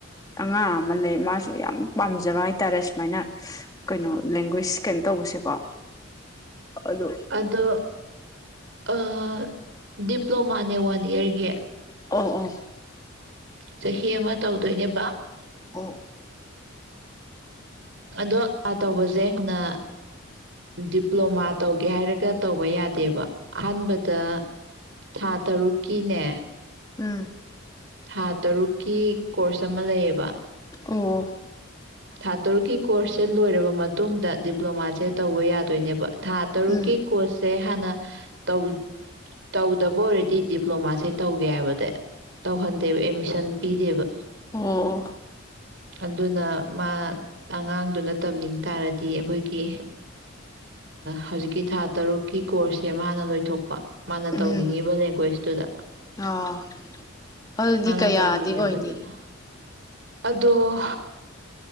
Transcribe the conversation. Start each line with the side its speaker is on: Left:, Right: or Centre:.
Left: ꯑꯉꯥꯡ ꯑꯃ ꯂꯩ ꯃꯥꯁꯨ ꯌꯥꯝ ꯄꯥꯝꯖꯕ ꯍꯥꯏꯇꯥꯔꯦ ꯁꯨꯃꯥꯏꯅ ꯀꯩꯅꯣ ꯂꯦꯡꯒ꯭ꯋꯦꯁ ꯀꯩꯅꯣ ꯇꯧꯕꯁꯦꯀꯣ ꯑꯗꯣ
Right: ꯑꯗꯣ ꯑꯥ ꯗꯤꯄ꯭ꯂꯣꯃꯅꯦꯦ ꯋꯥꯅꯤ ꯌꯦꯔꯒꯦ
Left: ꯑꯥ ꯑꯥ
Right: ꯆꯍꯤ ꯑꯃ ꯇꯧꯗꯣꯏꯅꯦꯕ
Left: ꯑꯣ
Right: ꯑꯗꯣ ꯑ ꯇꯧꯕꯁ ꯖꯦ ꯍꯟꯅ ꯗꯤꯄ꯭ꯂꯣꯃꯥ ꯇꯧꯒꯦ ꯍꯥꯏꯔꯒ ꯇꯧꯕ ꯌꯥꯗꯦꯕ ꯑꯍꯥꯟꯕꯗ ꯗ ꯊꯥ ꯇꯔꯨꯛꯀꯤꯅꯦ
Left: ꯎꯝ
Right: ꯊꯥ ꯇꯔꯨꯛꯀꯤ ꯀꯣꯔꯁ ꯑꯃ ꯂꯩꯌꯦꯕ
Left: ꯑꯣ
Right: ꯊꯥ ꯇꯔꯨꯛꯀꯤ ꯀꯣꯔꯁꯁꯦ ꯂꯣꯏꯔꯕ ꯃꯇꯨꯡꯗ ꯗꯤꯄ꯭ꯂꯣꯃꯥꯁꯦ ꯇꯧꯕ ꯌꯥꯗꯣꯏꯅꯦꯕ ꯊꯥ ꯇꯔ
Left: ꯎꯝ
Right: ꯀ ꯀꯣꯏꯁꯦ ꯍꯥꯟꯅꯧ ꯇꯧꯗꯕ ꯑꯣꯏꯔꯗꯤ ꯗꯤꯄ꯭ꯂꯣꯃꯥꯁꯦ ꯇꯧꯒꯦ ꯍꯥꯏꯕꯗ ꯇꯧꯍꯟꯗꯦꯕ ꯑꯦꯗꯃꯤꯁꯟ ꯄꯤꯗꯦꯕ
Left: ꯑꯣ
Right: ꯑꯗꯨꯅ ꯃꯥ ꯑꯉꯥꯡꯗꯨꯅ ꯇꯝꯅꯤꯡ ꯇꯥꯔꯗꯤ ꯑꯩꯈꯣꯏꯒꯤ ꯍꯧꯖꯤꯛꯀꯤ ꯊꯥ ꯇꯔꯨꯛꯀꯤ ꯀꯣꯔꯁꯁꯦ ꯃꯥꯥꯟꯅ ꯂꯣꯏꯊꯣꯛꯄ ꯃꯥꯅ
Left: ꯎꯝ
Right: ꯇꯧꯅꯤꯡꯉꯤꯕ ꯂꯦꯡꯒ꯭ꯋꯦꯁꯇꯨꯗ
Left: ꯑꯥ ꯑꯗꯨꯗꯤ
Right: ꯃꯥꯅ
Left: ꯀꯌꯥꯗꯤ
Right: ꯇꯧꯅꯤꯡꯉꯤꯕꯗꯨꯗ
Left: ꯑꯣꯏꯅꯤ
Right: ꯑꯗꯨꯣ